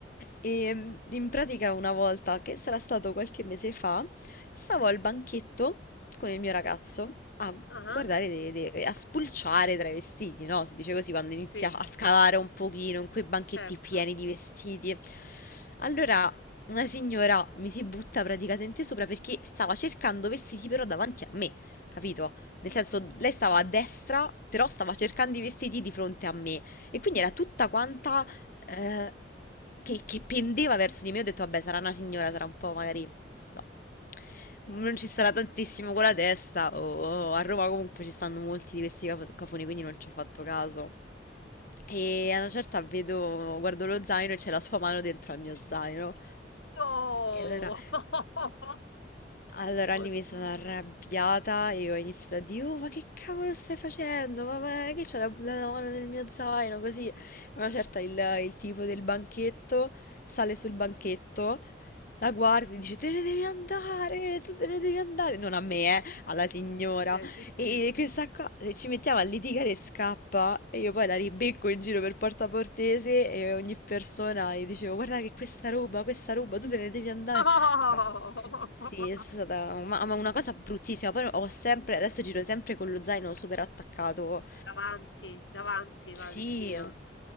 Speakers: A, on the left; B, on the left.
A: E mm, in pratica una volta, che sarà stato qualche mese fa, stavo al banchetto con il mio ragazzo a
B: Ah,
A: guardare, de- de- a spulciare tra i vestiti, no? Si dice così quando inizia
B: Sì,
A: a scavare un pochino in quei banchetti
B: certo.
A: pieni di vestiti. Allora una signora mi si butta praticamente sopra perché stava cercando vestiti però davanti a me, capito? Nel senso, lei stava a destra, però stava cercando i vestiti di fronte a me. E quindi era tutta quanta eh, che, che pendeva verso di me. Ho detto, vabbè, sarà una signora, sarà un po' magari... non so, Non ci sarà tantissimo con la testa, o o a Roma comunque ci stanno molti di questi cafo- cafoni, quindi non ci ho fatto caso. E a una certa vedo, guardo lo zaino e c'è la sua mano dentro al mio zaino.
B: Oh,
A: E allora,
B: <laughs>
A: allora lì
B: oddio.
A: mi sono arrabbiata e ho iniziato a dire, oh ma che cavolo stai facendo? Ma, ma che c'è la, la mano nel mio zaino? Così, a una certa il, il tipo del banchetto sale sul banchetto, la guarda e dice, te ne devi andare, tu te ne devi andare. Non a me, eh, alla signora.
B: Ok, sì, sì.
A: E questa qua se ci mettiamo a litigare e scappa e io poi la ribecco in giro per Porta Portese e ogni persona gli dicevo guarda che questa roba, questa roba, tu te ne devi andare.
B: Oh!
A: Beh, sì, è stata ma, ma una cosa bruttissima. Poi ho sempre, adesso giro sempre con lo zaino super attaccato.
B: Davanti, davanti, Valentina.
A: Sì,